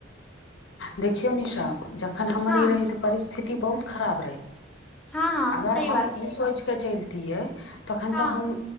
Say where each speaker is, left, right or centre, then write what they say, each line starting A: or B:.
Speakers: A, on the left (about 75°); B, in the centre.
A: देखियौ निशा जखन हमर
B: हँ
A: ई रहै तऽ परिस्थिति बहुत खराब रहै
B: हँ हँ
A: अगर
B: सही
A: हम
B: बात छै
A: ई सोचकऽ चलैतियै तखन
B: हँ
A: तऽ हम